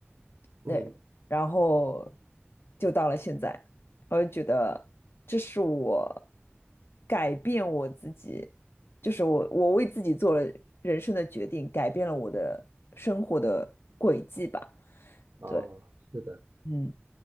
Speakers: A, on the left; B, on the right.
A: 对，
B: 嗯。
A: 然后就到了现在，我就觉得这是我改变我自己，就是我我为自己做了人生的决定，改变了我的生活的轨迹吧。
B: 哦，
A: 对，
B: 是的，
A: 嗯，